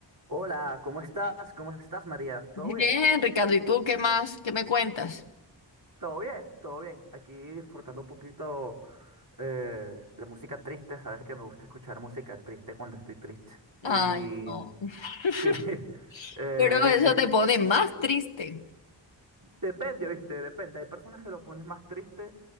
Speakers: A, on the right; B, on the left.
A: Hola, ¿cómo estás? ¿Cómo estás, María?
B: Bien,
A: ¿Todo bien?
B: Ricardo, ¿y tú qué más? ¿Qué me cuentas?
A: Todo bien, todo bien. Aquí disfrutando un poquito eh, de música triste. Sabes que me gusta escuchar música triste cuando estoy triste. Y
B: Ay, no.
A: sí,
B: <laughs>
A: <laughs> eh,
B: Pero eso
A: e-
B: te pone más triste.
A: Depende, ¿viste? Depende. Hay personas que lo pones más triste.